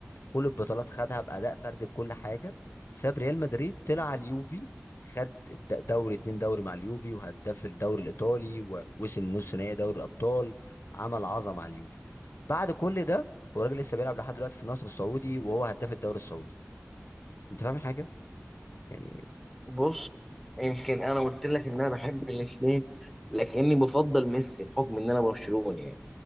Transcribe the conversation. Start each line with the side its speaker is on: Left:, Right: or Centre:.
Left: كل البطولات خدها باداء فردي بكل حاجه ساب ريال مدريد طلع على اليوفي خد د- دوري اتنين دوري مع اليوفي وهداف الدوري الايطالي ووصل نص نهائي دوري الابطال عمل عظمه مع اليوفي بعد كل ده والراجل لسه بيلعب لحد دلوقتي في النصر السعودي وهو هداف الدوري السعودي انت فاهم حاجه يعني
Centre: بص يمكن انا قلت لك ان انا بحب الاثنين لكني بفضل ميسي بحكم ان انا برشلوني يعني